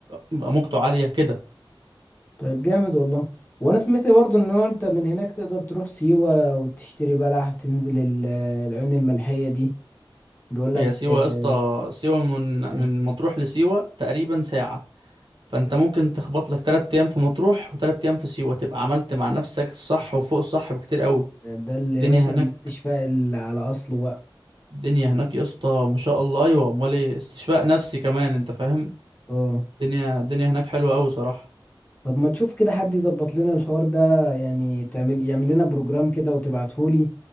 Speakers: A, on the right; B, on the left.
A: بيبقى موجته عاليه كده
B: طيب جامد والله وانا سمعت برضو ان هو انت من هناك تقدر تروح سيوة وتشتري بلح تنزل ال- العيون الملحية دي بيقول لك
A: هي سيوه
B: آه،
A: يا اسطى سيوه من
B: ايه ده
A: من مطروح لسيوه تقريبا ساعه فانت ممكن تخبط لك تلات ايام في مطروح وتلات ايام في سيوة تبقى عملت مع نفسك الصح وفوق الصح بكتير قوي
B: ده اللي
A: الدنيا
B: يا باشا
A: هناك
B: الاستشفاء اللي على اصله بقى
A: الدنيا هناك يا اسطى ما شاء الله ايوه امال ايه استشفاء نفسي كمان انت فاهم
B: اه
A: الدنيا الدنيا هناك حلوه قوي صراحه
B: طب ما تشوف كده حد يظبط لنا الحوار ده يعني تعمل يعمل لنا بروجرام كده وتبعتهولي